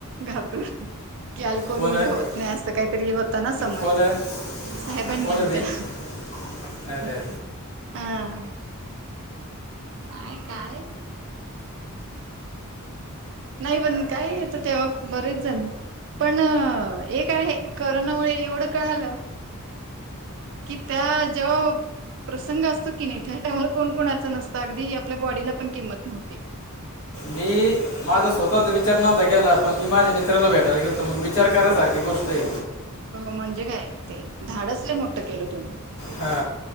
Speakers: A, on the right (about 60°); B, on the left (about 80°).
A: घाबरून की अल्कोहोल
B: कोण
A: मुळे
B: आहे
A: होत नाही असं काहीतरी होता ना समज.
B: कोण आहे
A: साहेबांनी
B: कोण
A: आमच्या.
B: आहे ते अरे अरे
A: हा काय काय. नाही पण काय, तर तेव्हा बरेच जन पण एक आहे, करोनामुळे एवढं कळालं की त्या जेव्हां प्रसंग असतो की नाही, त्या टायमाला कोण कोणाच नसतं. अगदी आपल्या बॉडीला पण किंमत नव्हती.
B: मी माझा स्वतःचा विचार केला नव्हता केला पण मी माझ्या मित्राला भेटायला गेलतो मग विचार करायसारखी गोष्ट आहे
A: म्हणजे काय, ते धाडस लय मोठं केलं तुम्ही
B: हा